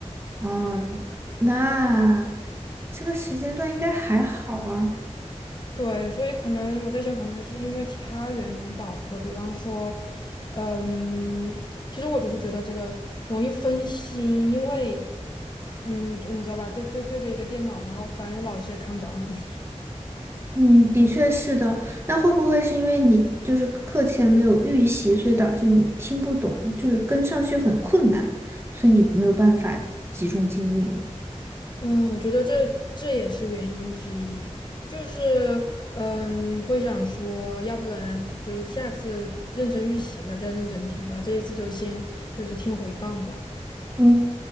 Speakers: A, on the right (about 20°); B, on the left (about 40°).
A: 哦，那这个时间段应该还好啊。
B: 对，所以可能我在想，可能是因为其他原因导致的，比方说，嗯，其实我就是觉得这个容易分心，因为，嗯，就你知道吧，对对对着一个电脑，然后反正老师也看不着你，
A: 嗯，的确是的。那会不会是因为你就是课前没有预习，所以导致你听不懂，就是跟上去很困难，所以你没有办法集中精力呢？
B: <laughs> 嗯，我觉得这这也是原因之一，就是嗯，会想说，要不然就下次认真预习了再认真听吧，这一次就先就是听回放吧。
A: 嗯。